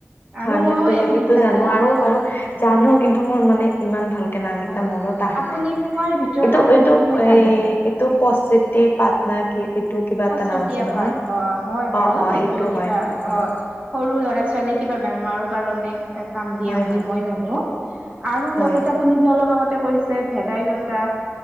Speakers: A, on the right; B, on the left.
A: আৰু
B: হয়
A: ময়ো
B: মই তুলসীটো
A: এবিধ
B: জানো আৰু
A: অ
B: বাৰু জানো কিন্তু মোৰ মানে ইমান ভাল- নামকেইটা
A: হয়
B: মনত আহা
A: আপুনি
B: নাই
A: কোৱাৰ ভিতৰত
B: এইটো
A: আৰু
B: এইটো
A: এবিধ মই
B: এ
A: জানো
B: এইটো পচেটিৰ পাত না কি কিবা এটা
A: সচতীয়া
B: নাম আছে নহয়।
A: পাত অ হয় বাৰু
B: অ অ
A: সেইটো কিবা
B: হয় হয়
A: অ সৰু ল'ৰা ছোৱালীক কিবা বেমাৰৰ কাৰণে এ কাম দিয়ে
B: হয়
A: বুলি
B: হয়
A: মই জানো আৰু
B: হয়
A: লগতে আপুনি যে অলপ আগতে কৈছে ভেদাইলতা